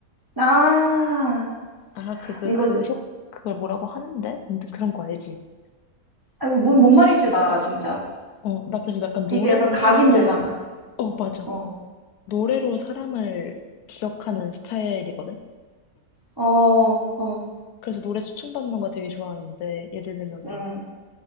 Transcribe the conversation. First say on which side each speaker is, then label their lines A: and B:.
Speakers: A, on the right; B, on the left.
A: 아,
B: 아, 그, 그,
A: 이거,
B: 그 효, 그걸 뭐라고 하는데? 아무튼 그런 거 알지?
A: 아, 이거 뭔, 뭔 말인지 나 알아, 진짜.
B: 어, 나 그래서 약간 노래로
A: 이게 약간 각인되잖아.
B: 사람을, 어, 맞아.
A: 어,
B: 노래로 사람을 기억하는 스타일이거든?
A: 어, 어,
B: 그래서 노래 추천받는 거 되게 좋아하는데, 예를 들면
A: 응,
B: 막,